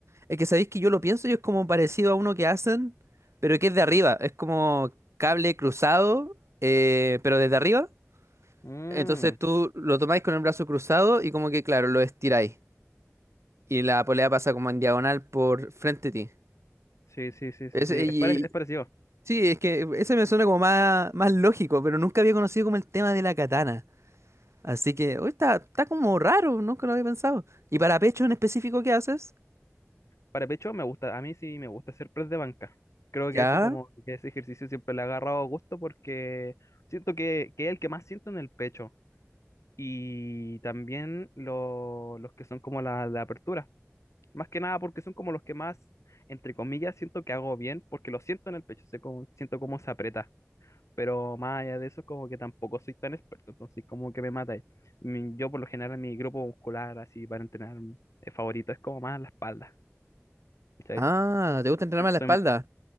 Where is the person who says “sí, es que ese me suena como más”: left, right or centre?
Right